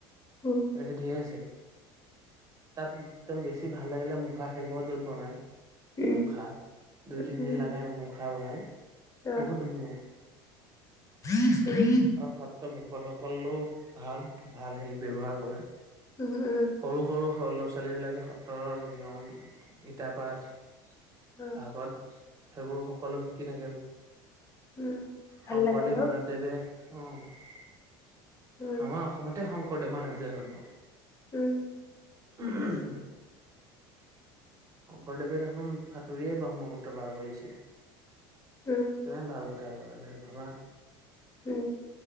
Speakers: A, on the left; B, on the right.
A: উম।
B: তেনেকে ধেৰ আছে তাত একদম বেছি ভাল লাগিলে মুখা শিল্পৰ য'ত বনাই
A: উম,
B: মুখা, দুই - তিনিদিন
A: উম,
B: লাগে আৰু মুখা বনাই,
A: অ',
B: বহুত ধুনীয়া।
A: <unintelligible>
B: আৰু সত্ৰ ভকতসকলেও ভাল - ভাল হেৰি ব্যৱহাৰ কৰে।
A: উম উম।
B: সৰু - সৰু স ল'ৰা - ছোৱালীবিলাকে সত্ৰৰ নিয়ম গীতাপাঠ
A: উম
B: ভাগৱত সেইবোৰ সকলো শিকি থাকে।
A: উম ভাল
B: শংকৰদেৱ,
A: লাগে ন
B: মাধৱদেৱে অহ। আমাৰ
A: উম
B: অসমতে শংকৰদেৱ, মাধৱেদৰ জন্ম।
A: উম।
B: উ হু হুম। শংকৰদেৱে দেখোন সাঁতুৰিয়ে ব্ৰহ্মপুত্ৰ পাৰ কৰি দিছিলে।
A: উম।
B: কিমান ভাল কথা হব বাৰু তুমি ভাবা?
A: উম।